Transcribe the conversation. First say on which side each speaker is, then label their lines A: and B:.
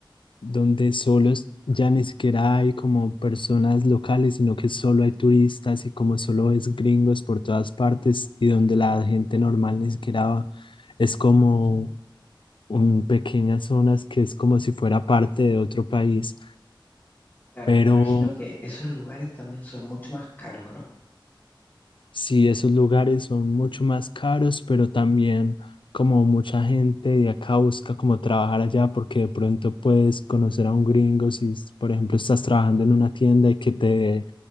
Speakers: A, on the left (about 75°); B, on the left (about 25°).
A: donde solo es- ya ni siquiera hay como personas locales, sino que solo hay turistas y como solo es gringos por todas partes y donde la gente normal ni siquiera va. Es como un, pequeñas zonas que es como si fuera parte de otro país.
B: Claro,
A: Pero
B: y me imagino que esos lugares también son mucho más caros, ¿o ¿no?
A: Sí, esos lugares son mucho más caros, pero también como mucha gente de acá busca como trabajar allá porque de pronto puedes conocer a un gringo si, s- por ejemplo, estás trabajando en una tienda y que te dé